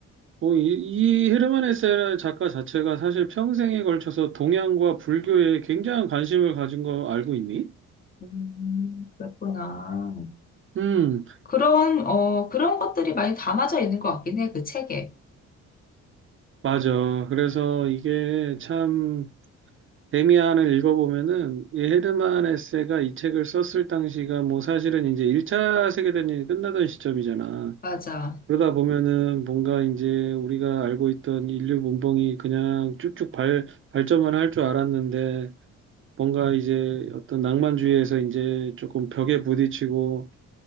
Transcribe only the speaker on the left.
음, 그랬구나.
그런, 어, 그런 것들이 많이 담아져 있는 것 같긴 해, 그 책에.
맞아.